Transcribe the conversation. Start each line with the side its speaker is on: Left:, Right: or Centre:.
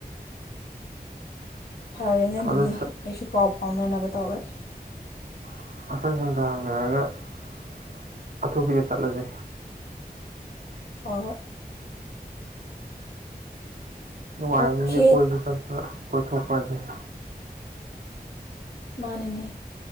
Left: ꯐꯔꯦꯅꯦ ꯑꯗꯨꯗꯤ
Right: ꯑꯗꯨ
Left: ꯑꯩꯁꯨ ꯄꯥꯎ ꯐꯥꯎꯅꯅꯕ ꯇꯧꯔꯒꯦ
Right: <unintelligible> ꯑꯊꯨꯕꯤꯗ ꯆꯠꯂꯁꯦ
Left: ꯍꯣ ꯍꯣꯏ
Right: ꯅꯨꯡꯉꯥꯏꯕꯅꯤꯅꯦ
Left: ꯑꯣꯀꯦ
Right: ꯀꯣꯏꯕ ꯆꯠꯄ ꯀꯣꯏꯊꯣꯛ ꯐꯖꯩ
Left: ꯃꯥꯅꯤꯅꯦ